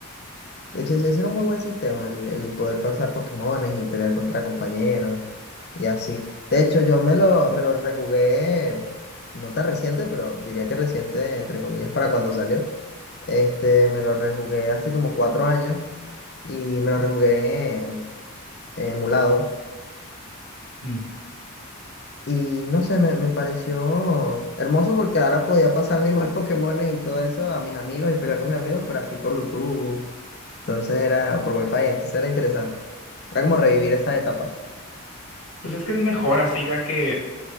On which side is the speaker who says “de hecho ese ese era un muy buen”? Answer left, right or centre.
Left